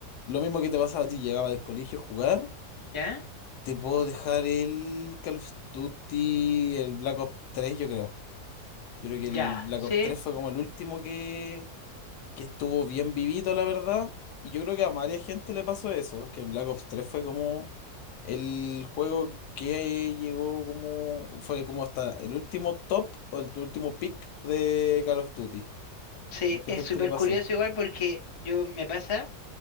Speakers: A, on the left (about 85°); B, on the left (about 30°).
A: lo mismo que te pasaba a ti, llegaba del colegio a jugar,
B: ¿ya?
A: te puedo dejar el Call of Duty, el Black Ops tres, yo creo. Yo creo que
B: Ya,
A: el Black
B: sí,
A: Ops tres fue como el último que, que estuvo bien vivito, la verdad. Y yo creo que a varias gente le pasó eso, que el Black Ops tres fue como el juego que llegó como, fue como hasta el último top o el último pick de Call of Duty.
B: sí,
A: A mucha
B: es
A: gente
B: súper
A: le pasó.
B: curioso igual porque yo me pasa